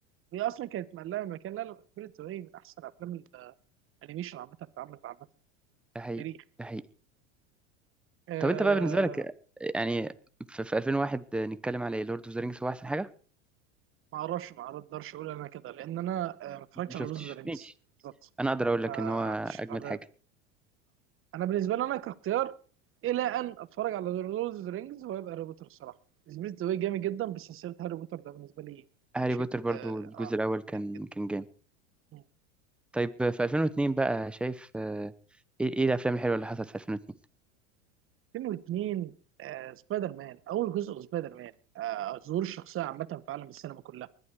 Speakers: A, on the right; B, in the centre.
A: وهي اصلا كانت مقلقه من مكان لا لا سبريت واي من احسن افلام الانيميشن عامه اللي اتعملت عامه في
B: ده حقيقي
A: التاريخ
B: ده حقيقي
A: آه
B: طب انت بقى بالنسبه لك يعني في في 2001 نتكلم على لورد اوف ذا رينجز هو احسن حاجه
A: ما اعرفش ما اقدرش اقول انا كده لان انا آه، ما اتفرجتش
B: انت ما شفتش
A: على لوز فيرنس بالظبط
B: انا اقدر اقول لك
A: ما
B: ان
A: عنديش
B: هو اجمد
A: آه.
B: حاجه
A: انا بالنسبه لي انا كاختيار الى ان اتفرج على ذا لورد اوف ذا رينجز ويبقى هاري بوتر الصراحه سميث ذا واي جامد جدا بس سلسله هاري بوتر ده بالنسبه لي
B: هاري
A: شيء
B: بوتر
A: اه,
B: برضو الجزء
A: آه.
B: الاول كان
A: جامد جدا
B: كان جامد
A: مم.
B: طيب في 2002 بقى شايف آه، ايه إيه الافلام الحلوه اللي حصلت في 2002
A: فيلم واثنين آه سبايدر مان اول جزء سبايدر مان آه ظهور الشخصيه عامه في عالم السينما كلها